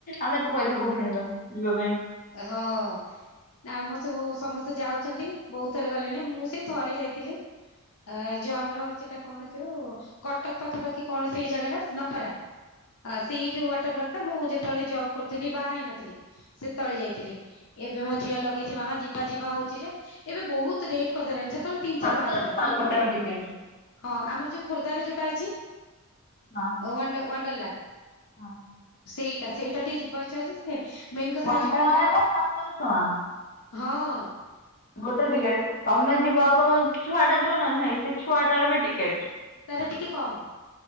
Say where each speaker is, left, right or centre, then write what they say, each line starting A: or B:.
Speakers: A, on the left; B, on the left.
A: ଆମେ ଏତେ ପଇସା କଉଠୁ ଆଣିବା ଯିବା ପାଇଁ।
B: ହଁ। ନା ଆମର ସବୁ ସମସ୍ତେ ଯାଉଛନ୍ତି ବହୁତ ଥରେ ଗଲେଣି ମୁଁ ସେ ଥରେ ଯାଇଥିଲି। ଆ ଯୋଉ ଆମର ସେଇଟା କଣ ଯୋଉ କଟକ ପାଖାପାଖି କଣ ସେଇ ଜାଗା ଟା? ନଖରା ଆ ସେଇଠି ୱାଟର ପାର୍କ ଟା ମୁଁ ଯେତେବେଳେ ଜବ୍ କରଥିଲି ବାହା ହେଇନଥିଲି ସେ ତଳେ ଯାଇଥିଲି ଏବେ ମୋ ଝିଅ ଲଗେଇଚି ମାମା ଯିବା ଯିବା ହଉଚି ଯେ ଏବେ ବହୁତ ରେଟ୍ କରିଦେଲେଣି ଯେତେବେଳେ ତିନିଶହ
A: ସାତଶହ
B: ଟଙ୍କା ଥିଲା
A: ଗୋଟାକ ଟିକେଟ।
B: ହଁ ଆମର ଯୋଉ ଖୋର୍ଦ୍ଧାରେ ଯୋଉଟା ଅଛି
A: ହଁ।
B: ୱାଣ୍ଡ ୱାଣ୍ଡଲା
A: ହଁ
B: ସେଇଟା ସେଇଟା ଟିକେ ଯିବାକୁ ଇଚ୍ଛା ହଉଚି ଯେ ମେନ କଥା
A: ୱାଣ୍ଡାରେ
B: ହଉଚି କଣ କର
A: ସାତଶହ ଟଙ୍କା
B: ହଁ।
A: ଗୋଟେ ଟିକେ ତମେ ଯିବ ଆଉ ତମ ଛୁଆ ଟା ଯିବ ନା ନାଇଁ ସେ ଛୁଆଟାର ବି ଟିକେଟ
B: ତାର ଟିକେ କମ୍